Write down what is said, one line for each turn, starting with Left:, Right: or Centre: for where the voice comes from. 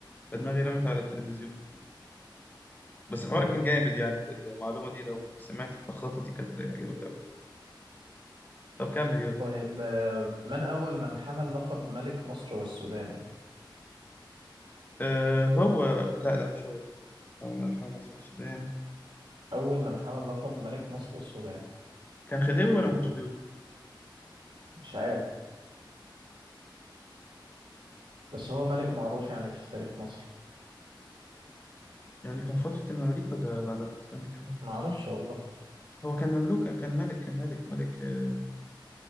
Left: فدماغي رمت على التلفزيون في كده. بس الحوار
Right: طيب
Left: كان جامد يعني ال- المعلومه دي لو سمعت التخطيط دي كانت هتعجبك قوي طب كمل يلا
Right: طيب آه، من أول من حمل لقب ملك مصر والسودان؟
Left: أه هو لا لا مش هو اللهم ارحم مصر والسودان
Right: أول من حمل لقب ملك مصر والسودان
Left: كان خديوي ولا
Right: وب-
Left: ما كانش خديوي؟
Right: مش عارف بس هو ملك معروف يعني في تاريخ مصر
Left: يعني كان فترة المماليك ولا بعدها؟ استنى كده
Right: معرفش والله
Left: هو كان مملوك كان ملك كان ملك ملك آه،